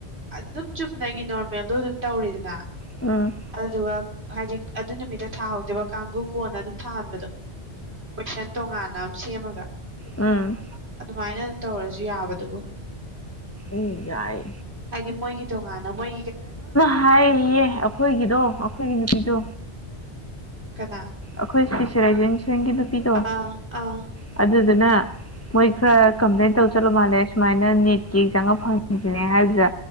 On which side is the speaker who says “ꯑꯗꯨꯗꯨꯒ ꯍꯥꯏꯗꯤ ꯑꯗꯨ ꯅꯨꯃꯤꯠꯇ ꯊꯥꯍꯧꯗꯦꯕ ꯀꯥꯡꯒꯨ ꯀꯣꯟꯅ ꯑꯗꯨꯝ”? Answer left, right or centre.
Right